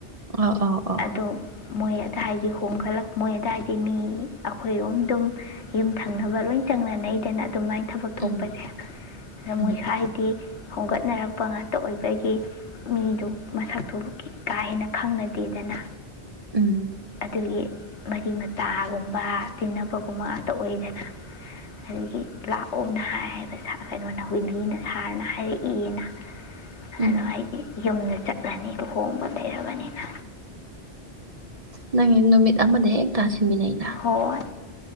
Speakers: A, on the right; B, on the left.
A: ꯑꯧ ꯑꯧ ꯑꯧ
B: ꯑꯗꯣ ꯃꯣꯏ ꯑꯗꯨꯋꯥꯏꯗꯤ ꯍꯣꯡꯒꯠꯂꯛ ꯃꯣꯏ ꯑꯗꯨꯋꯥꯏꯗꯤ ꯃꯤ ꯑꯩꯈꯣꯏꯔꯣꯝ ꯑꯗꯨꯝ ꯌꯨꯝ ꯊꯪꯅꯕ ꯂꯣꯏ ꯆꯪꯅꯅꯩꯗꯅ ꯑꯗꯨꯃꯥꯏꯅ ꯊꯕꯛ ꯊꯣꯛꯄꯁꯦ
A: ꯎꯝ
B: ꯑꯗ
A: ꯎꯝ
B: ꯃꯣꯏ ꯁꯥꯏꯗꯤ ꯍꯣꯡꯒꯠꯅꯔꯛꯄ ꯉꯥꯛꯇ ꯑꯣꯏꯕꯒꯤ ꯃꯤꯗꯨ ꯃꯁꯛꯇꯨꯕꯨ ꯀꯥ ꯍꯦꯟꯅ ꯈꯪꯅꯗꯦꯗꯅ
A: ꯎꯝ
B: ꯑꯗꯨꯒꯤ ꯃꯔꯤ ꯃꯇꯥꯒꯨꯝꯕ ꯇꯤꯟꯅꯕꯒꯨꯝꯕ ꯉꯥꯛꯇ ꯑꯣꯏꯗꯅ ꯑꯗꯒꯤ ꯂꯥꯛꯑꯣꯅ ꯍꯥꯏ ꯍꯥꯏꯕ ꯀꯩꯅꯣꯅ ꯋꯤꯟꯂꯤꯅ ꯁꯥꯔꯅ ꯍꯥꯏꯔꯛꯏꯅ ꯍꯜꯂꯣ
A: ꯎꯝ
B: ꯑꯩꯗꯤ ꯌꯨꯝꯗ ꯆꯠꯂꯅꯤ ꯂꯨꯍꯣꯡꯕ ꯂꯩꯔꯕꯅꯤꯅ
A: ꯅꯪ ꯏ ꯅꯨꯃꯤꯠ ꯑꯃꯗ ꯍꯦ ꯇꯁꯤ ꯊꯃꯤ ꯂꯩꯅ
B: ꯍꯣꯏ